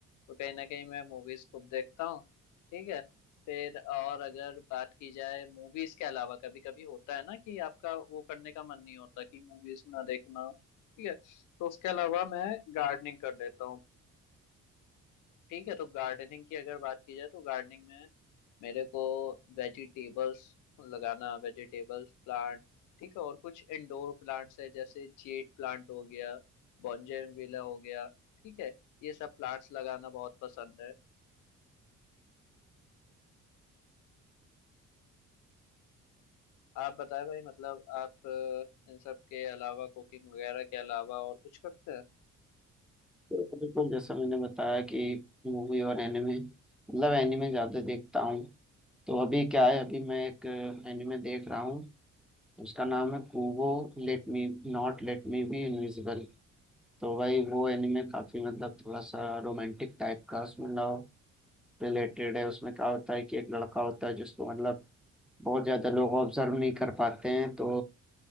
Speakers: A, on the left; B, in the centre.
A: तो कहीं ना कहीं मैं मूवीज खूब देखता हूँ ठीक है फिर और अगर बात की जाए मूवीज के अलावा कभी कभी होता है ना कि आपका वो करने का मन नहीं होता कि मूवीज ना देखना हो, ठीक है तो उसके अलावा मैं गार्डनिंग कर लेता हूँ ठीक है तो गार्डनिंग की अगर बात की जाए तो गार्डनिंग में मेरे को वेजिटेबल्स लगाना वेजिटेबल्स प्लांट ठीक है और कुछ इंडोर प्लांट्स है जैसे जेड प्लांट हो गया बॉन्जेनविला हो गया ठीक है ये सब प्लांट्स लगाना बहुत पसंद है आप बताएं भाई मतलब आप अ, इन सब के अलावा कुकिंग वगैरह के अलावा और कुछ करते हैं
B: बिल्कुल जैसा मैंने बताया कि मूवी और एनिमे मतलब एनिमे ज़्यादा देखता हूँ तो अभी क्या है अभी मैं एक एनिमे देख रहा हूँ उसका नाम है Kubo let me not let me be invisible तो भाई वो एनिमे काफ़ी मतलब थोड़ा सा रोमांटिक टाइप का उसमें लव रिलेटेड है उसमें क्या होता है कि एक लड़का होता है जिसको मतलब बहुत ज़्यादा लोग ऑब्जर्व नहीं कर पाते हैं तो